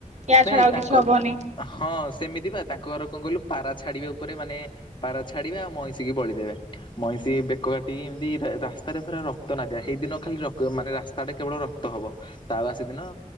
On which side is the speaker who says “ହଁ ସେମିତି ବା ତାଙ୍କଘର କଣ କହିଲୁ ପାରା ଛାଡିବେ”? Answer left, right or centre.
Left